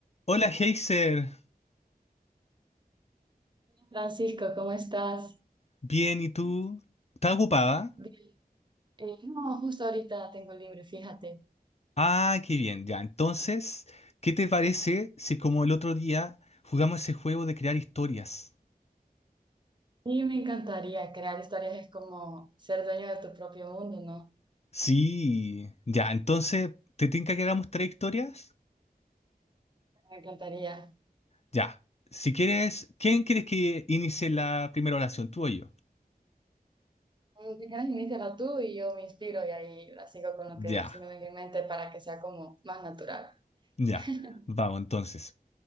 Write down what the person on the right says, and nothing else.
Francisco, ¿cómo estás?
Bien. Eh, no, justo ahorita tengo libre, fíjate.
Y me encantaría crear historias, es como ser dueño de tu propio mundo, ¿no?
Me encantaría.
Mm, Si quieres, iníciala tú y yo me inspiro y ahí la sigo con lo que
se me venga en mente para que sea como más natural.
<laughs>